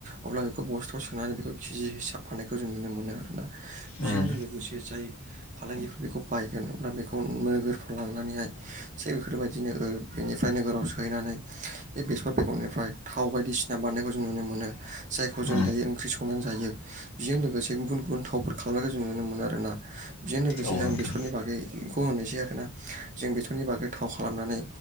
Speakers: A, on the right; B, on the left.
A: अब्ला बेखौ बस्थाव सोनानै बेखौ केजि हिसाब फाननायखौ जों नुनो मोनो आरोना। बेजोंनो
B: उम
A: लोगोसे जाय फालांगिफोर बेखौ बायगोन अब्ला बेखौ नोगोरफ्राव लांनानैहाय से बेफोरबायदि बिदिनो ओ बेनिफ्राय नोगोराव सोहैनानै बे बेसर बेगरनिफ्राय थाव बायदिसिना बानायनायखौ जों नुनो मोनो जायखौ जों
B: उम
A: दायो ओंख्रि संनानै जायो। बेजों लोगोसे गुबुन गुबुन थावफोर खालामनायखौ जों नुनो मोनो आरोना बेजों लोगोसे
B: औ
A: आं
B: नोंथां
A: बेसरनि बागै खौ होनोसै आरो ना जों बेसरनि बागै थाव खालामनानै